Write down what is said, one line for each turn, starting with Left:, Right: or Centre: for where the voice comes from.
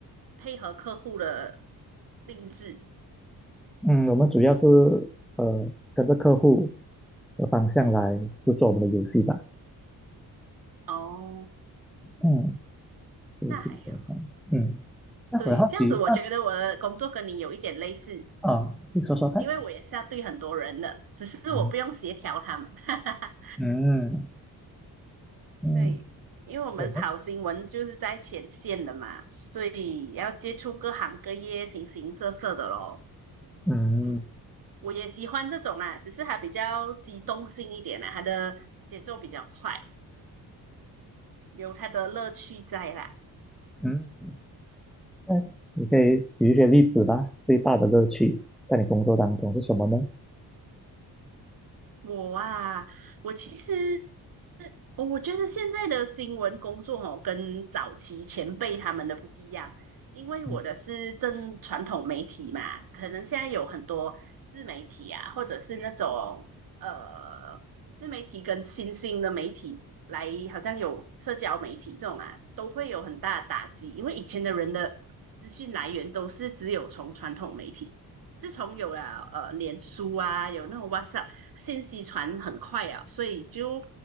Right: 配合客户的定制？
Centre: 嗯，我们主要是呃跟着客户的方向来制作我们的游戏吧，
Right: 哦，
Centre: 嗯，对，
Right: 那还好。
Centre: 基本上嗯。那我很好奇，
Right: 对，这样子我觉得我的工作跟你有一点类似，
Centre: 那啊，你说说看。
Right: 因为我也是要对很多人的，只是我不用协调他们。
Centre: 嗯
Right: <laughs>
Centre: 嗯，嗯
Right: 对，因为我们跑新闻就是在前线的嘛，
Centre: 有呢
Right: 所以要接触各行各业、形形色色的咯。
Centre: 嗯
Right: 嗯，我也喜欢这种啦，只是它比较机动性一点啦，它的节奏比较快，有它的乐趣在啦。
Centre: 嗯，那你可以举一些例子吧。最大的乐趣在你工作当中是什么呢？
Right: 我啊，我其实哦，我觉得现在的新闻工作哦，跟早期前辈他们的不一样，因为我的是正传统媒体嘛，
Centre: 嗯
Right: 可能现在有很多自媒体啊，或者是那种呃自媒体跟新兴的媒体来，好像有社交媒体这种啊，都会有很大的打击，因为以前的人的资讯来源都是只有从传统媒体，自从有了呃脸书啊，有那种 WhatsApp，信息传很快啊，所以就。